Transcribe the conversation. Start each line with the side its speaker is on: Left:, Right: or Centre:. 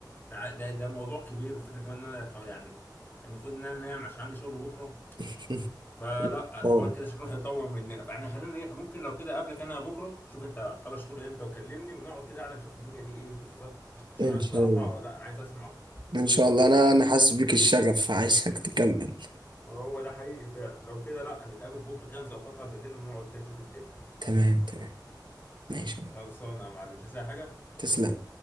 Left: ده ع- ده, ده موضوع كبير والفكره كمان ان انا خ- يعني المفروض ان انا انام عشان عندي شغل بكره
Right: <laughs>
Left: فلا الحوار
Right: اه
Left: كده شكله <laughs> هيطول مننا فاحنا خلينا ن- ممكن لو كده قبلك انا بكره شوف انت هتخلص شغل امتى وكلمني ونقعد كده قاعده نشوف الدنيا دي ايه بالظبط عشان
Right: إن
Left: انا الصراحه
Right: شاء الله
Left: لا انا عايز اسمع اكتر
Right: إن شاء الله أنا أنا حاسس بيك الشغف عايزك تكمل
Left: هو ده حقيقي فعلا لو كده لا نتقابل بكره كده نظبطها بالليل ونقعد كده نشوف الدنيا
Right: تمام تمام ماشي
Left: خلصانه يا معلم مش عايز أي حاجه
Right: تسلم